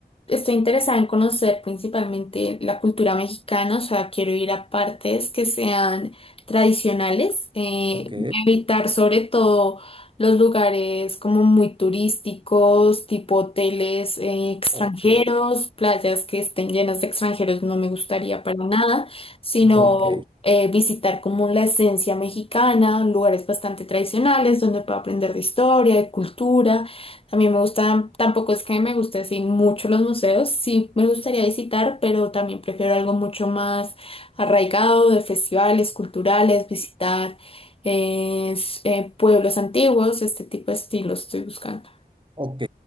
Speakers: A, on the left (about 35°); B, on the right (about 30°).
A: estoy interesada en conocer principalmente la cultura mexicana, o sea, quiero ir a partes que sean tradicionales, eh,
B: Ok,
A: evitar sobre todo los lugares como muy turísticos, tipo hoteles, eh, extranjeros,
B: ok,
A: playas que estén llenas de extranjeros, no me gustaría para nada, sino
B: ok,
A: eh, visitar como la esencia mexicana, lugares bastante tradicionales donde pueda aprender de historia, de cultura. A mí me gustan, tampoco es que me guste así mucho los museos, sí me gustaría visitar, pero también prefiero algo mucho más arraigado de festivales culturales, visitar eh, s- eh, pueblos antiguos, este tipo de estilo estoy buscando.
B: ok,